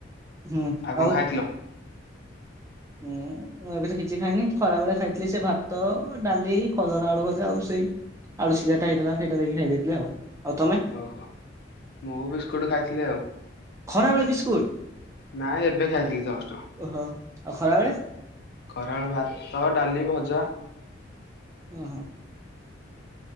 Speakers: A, on the right; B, on the left.
A: ହୁଁ
B: କଣ
A: ଆଉ।
B: ଖାଇଥିଲ?
A: ହୁଁ ମୁଁ ଏବେ ତ କିଛି ଖାଇନି ଖରାବେଳେ ଖାଇଥିଲି ସେ ଭାତ ଡାଲି କଲରା ଆଳୁ ଭଜା ଆଉ ସେଇ ଆଳୁ ସିଝାଟା ହେଇଥିଲା ସେଇଟା ଦେଇକି ଖାଇ ଦେଇଥିଲି ଆଉ। ଆଉ ତମେ
B: ଓହୋ ମୁଁ ବିସ୍କୁଟ ଖାଇଥିଲି ଆଉ।
A: ଖରା ବେଳେ ବିସ୍କୁଟ।
B: ନାଇଁ ଏବେ ଖାଇଥିଲି ଜଷ୍ଟ
A: ଓହୋ ଆଉ ଖରା ବେଳେ?
B: ଖରାବେଳେ ଭାତ ଡାଲି ଭଜା।
A: ଓ ହୋ।